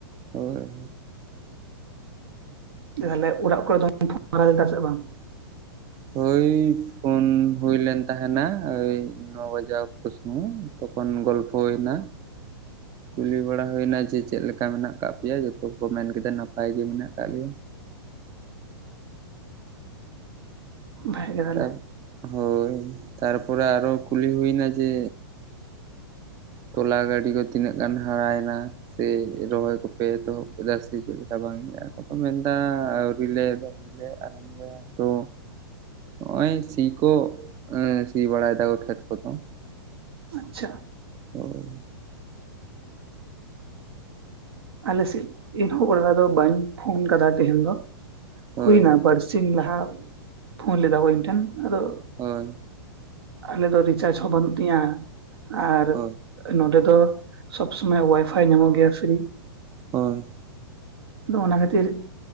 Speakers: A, on the right; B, on the right.
A: ᱦᱳᱭ ᱦᱳᱭ
B: ᱛᱟᱦᱞᱮ ᱚᱲᱟᱜ ᱠᱚᱨᱮ ᱫᱚ ᱯᱷᱳᱱ ᱵᱟᱲᱟᱭ ᱫᱟ ᱥᱮ ᱵᱟᱝ
A: ᱦᱳᱭ ᱯᱷᱳᱱ ᱦᱩᱭᱞᱮᱱ ᱛᱟᱦᱮᱱᱟ ᱳᱭ ᱱᱚ ᱵᱟᱡᱟᱜ ᱚᱠᱛᱚ ᱥᱚᱢᱚᱭ ᱛᱚᱠᱷ ᱜᱚᱞᱯᱚ ᱦᱩᱭᱱᱟ
B: <inaudible>
A: ᱠᱩᱞᱤ ᱵᱟᱲᱟ ᱦᱩᱭᱮᱱᱟ ᱡᱮ ᱪᱮᱫ ᱞᱮᱠᱟ ᱢᱮᱱᱟᱜ ᱟᱠᱟᱫ ᱯᱮᱭᱟ ᱡᱚᱛᱚ ᱠᱚ ᱢᱮᱱ ᱠᱮᱫᱟ ᱱᱟᱯᱟᱭ ᱜᱮ ᱢᱮᱱᱟᱜ ᱟᱠᱟᱫ ᱞᱮᱭᱟ
B: ᱵᱷᱟᱜᱮ ᱜᱮ ᱛᱟᱦᱚᱞᱮ
A: ᱛᱟ ᱦᱳᱭ ᱛᱟᱨᱯᱚᱨᱮ ᱟᱨᱚ ᱠᱩᱞᱤ ᱦᱩᱭᱱᱟ ᱡᱮ ᱛᱚᱞᱟ ᱜᱟᱹᱰᱤ ᱠᱚ ᱛᱤᱱᱟᱹᱜ ᱜᱟᱱ ᱦᱟᱨᱟᱭᱮᱱᱟ ᱥᱮ ᱨᱚᱦᱚᱭ ᱠᱚᱯᱮ ᱮᱛᱚᱦᱚᱵ ᱠᱮᱫᱟ ᱥᱮ ᱪᱮᱫᱞᱮᱠᱟ ᱵᱟᱝ ᱟᱠᱚ ᱠᱚ ᱢᱮᱱᱫᱟ ᱟᱹᱣᱨᱤ ᱞᱮ ᱨᱚ ᱟ. ᱣᱨᱤᱞᱮ ᱟᱨᱟᱢᱵᱚᱭᱟ ᱛᱚ ᱦᱚᱜᱼᱚᱭ ᱥᱤ ᱠᱚ ᱥᱤ ᱵᱟᱲᱟᱭ ᱫᱟᱠᱚ ᱠᱷᱮᱛ ᱠᱚᱫᱚ
B: ᱟᱪᱪᱷᱟ
A: ᱦᱳᱭ
B: ᱟᱞᱮ ᱥᱮᱫ ᱩᱢ ᱠᱚ ᱵᱟᱜᱟᱣ ᱫᱟ ᱵᱟᱹᱧ ᱯᱷᱳᱱ ᱠᱟᱫᱟ ᱛᱮᱦᱤᱧ ᱫᱚ
A: ᱦᱳᱭ
B: ᱦᱩᱭᱱᱟ ᱵᱟᱨ ᱥᱤᱧ ᱞᱟᱦᱟ ᱯᱷᱳᱱ ᱞᱮᱫᱟ ᱠᱚ ᱤᱧ ᱴᱷᱮᱱ ᱟᱫᱚ
A: ᱦᱚᱭ
B: ᱟᱞᱮ ᱫᱚ ᱨᱤᱪᱟᱨᱡ ᱦᱚᱸ ᱵᱟᱹᱱᱩᱜ ᱛᱤᱧᱟᱹ ᱟᱨ
A: ᱦᱳᱭ
B: ᱱᱚᱰᱮ ᱫᱚ ᱥᱚᱵᱽ ᱥᱚᱢᱚᱭ ᱳᱣᱟᱭᱯᱷᱟᱭ ᱧᱟᱢᱚᱜ ᱜᱮᱭᱟ ᱯᱷᱤᱨᱤ
A: ᱦᱳᱭ
B: ᱟᱫᱚ ᱚᱱᱟ ᱠᱷᱟᱹᱛᱤᱨ